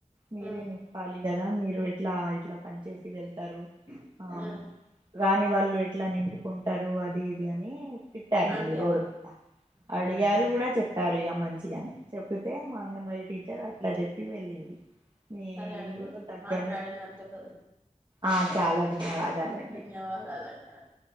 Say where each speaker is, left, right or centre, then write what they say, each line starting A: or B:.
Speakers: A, on the right (about 35°); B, on the right (about 15°).
A: మీరే
B: ఆ
A: నింపాలి కదా, మీరు ఎట్లా ఇట్లా పని చేసి వెళ్తరు ఆమ్
B: ఆ
A: రాని వాళ్ళు ఎట్లా నింపుకుంటారు అది ఇది అని తిట్టారండి
B: అడిగారు
A: రోడ్ అడిగారు కూడా చెప్పారు ఇగ మంచిగానే చెప్పితే మాంగన్వై టీచర్
B: ఆహా!
A: అట్లా చెప్పి వెళ్ళింది మీ
B: సరే
A: ఇల్లులో
B: అండి
A: దగ్గరే
B: మాట్లాడినందుకు
A: ఆ చాలా
B: ధన్యవాదాలు
A: ధన్యవాదాలండి
B: ధన్యవాదాలండి